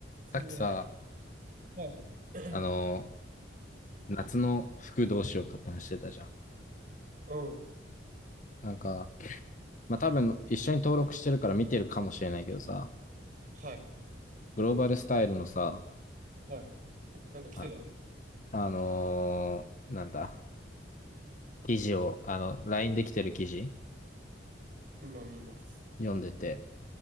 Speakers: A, on the right; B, on the left.
A: 暑いね。
B: さっきさ、
A: はい。<clears throat>
B: あの、夏の服どうしようかって話してたじゃん。
A: うん。
B: なんか、まあ、多分一緒に登録してるから見てるかもしれないけどさ、
A: はい。
B: グローバルスタイルのさ、
A: はい。なんか来てた
B: あ、あのーなんだ、記事を、あの、LINE できてる記事
A: 今見ます。
B: 読んでて、